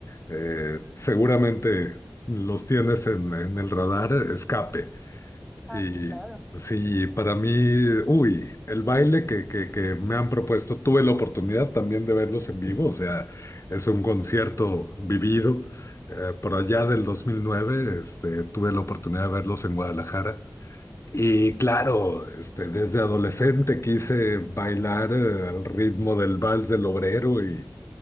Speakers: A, on the left (about 40°); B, in the centre.
A: Eh, seguramente los tienes en, en el radar, Escape.
B: Ah,
A: Y
B: sí, claro.
A: sí, para mí, uy, el baile que, que, que me han propuesto, tuve la oportunidad también de verlos en vivo, o sea, es un concierto vivido. Eh, por allá del 2009, este, tuve la oportunidad de verlos en Guadalajara. Y claro, este, desde adolescente quise bailar eh, al ritmo del vals del obrero y,